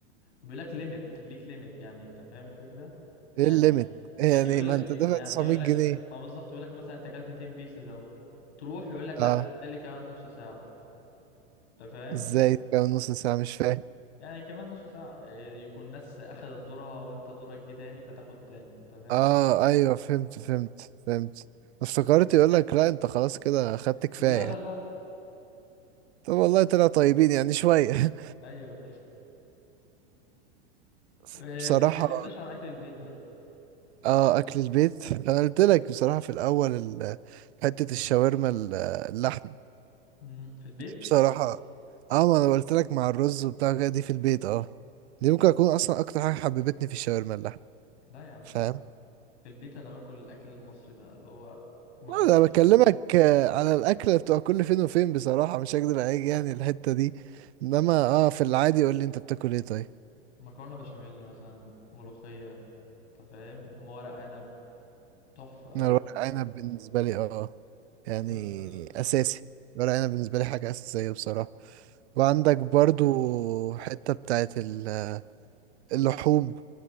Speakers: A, on the left (about 80°); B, on the right (about 75°).
A: وبيقول لك ليميت ليك ليميت يعني انت فاهم الفكرة
B: ايه
A: يعني
B: الليميت يعني
A: يعني يقول
B: ما
A: لك
B: انت
A: يعني
B: دافع 900
A: يقول لك
B: جنيه
A: ما بالظبط يقول لك مثلا انت اكلت 10 بيسز اهو تروح يقول لك لا
B: اه
A: تحتاج لي كمان نص ساعة انت فاهم
B: ازاي كام نص ساعة مش فاهم
A: يعني كمان نص ساعة إيه، يكون ناس اخدت دورها وانت دورك جه تاني فتاخد تاني انت فاهم
B: اه ايوه فهمت فهمت فهمت افتكرت يقول لك لا انت خلاص كده خدت كفاية
A: لا لا لا
B: طب والله طلعوا طيبين يعني شوية
A: ايوه
B: <laughs>
A: إيه،
B: بصراحة
A: ما اتكلمناش عن اكل البيت بقى
B: اه اكل البيت انا قلت لك بصراحة في الاول ال- حتة الشاورما ال- اللحم
A: أمم، في البيت
B: دي بصراحة اه ما انا قلت لك مع الرز وبتاع كده دي في البيت اه دي ممكن اكون اصلا اكتر حاجة حببتني في الشاورما اللحم
A: لا يا عم
B: فاهم
A: في البيت انا باكل الاكل المصري بقى اللي هو مكرونة
B: لا انا بكلمك
A: بش...
B: آه، على الاكل اللي بتبقى كل فين وفين بصراحة مش هكدب عليك يعني الحتة دي انما اه في العادي قول لي انت بتاكل ايه طيب
A: مكرونة بشاميل مثلا ملوخية انت فاهم ورق عنب تحفة الورق
B: انا الورق عنب بالنسبة لي اه يعني
A: جامد فشخ
B: اساسي ورق عنب بالنسبه لي حاجه اساسيه بصراحه وعندك برضو حته بتاعت ال- اللحوم